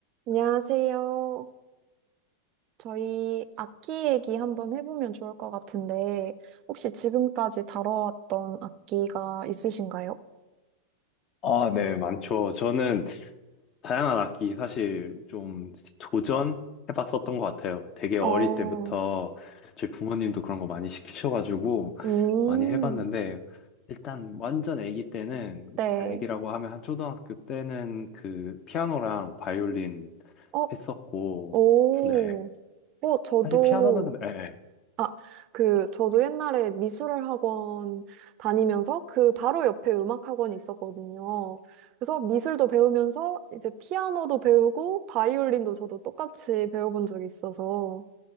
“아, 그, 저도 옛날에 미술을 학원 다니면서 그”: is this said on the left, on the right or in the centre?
Right